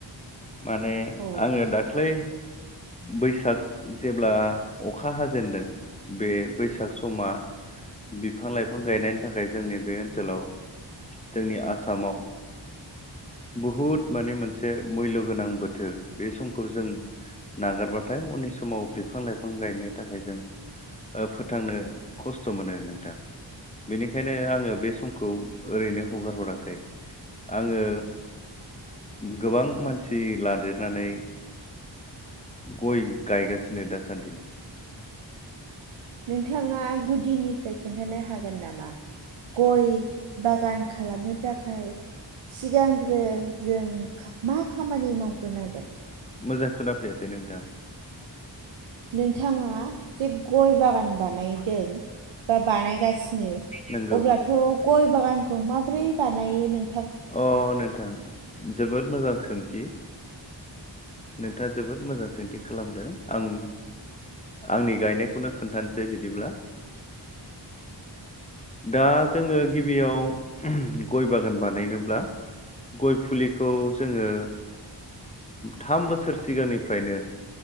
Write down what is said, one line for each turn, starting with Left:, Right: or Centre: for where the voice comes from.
Left: माने
Right: अ
Left: आङो दाख्लै बैसाग जेब्ला अखा हाजेनदों बे बैसाग समा बिफां लायफां गायनायनि थाखाय जोंनि बे ओनसोलाव जोंनि आसामाव बहुद माने मोनसे मैल' गोनां बोथोर बे समखौ जों नागारबाथाय उननि समाव बिफां लायफां गायनो थाखाय जों फोथांनो खस्थ' मोनो नोंथां बेनिखायनो आङो बे समखौ ओरैनो हगार हराखै। आङो गोबां मानसि लादेरनानै गय गायगासिनो दासान्दि।
Right: नोंथाङा गुदिनिफ्राय खोन्थानो हागोन नामा गय बागान खालामनो थाखाय सिगांग्रो जों मा खामानि मावग्रोनांगोन।
Left: मोजां खोनाफैयासै नोंथां
Right: नोंथाङा जे गय बागान बानायदों बा-बानायगासि नो
Left: नंगौ
Right: अब्लाथ' गय बागानखौ माब्रै बानायो नों
Left: अ नोंथां जोबोद मोजां सोंथि नोंथाङा जोबोद मोजां सोंथि खालामदों आं आंनि गायनायखौनो खोन्थानोसै बिदिब्ला दा जोङो गिबियाव गय बागान बानायनोब्ला गय फुलिखौ जोङो थाम बोसोर सिगांनिफ्रायनो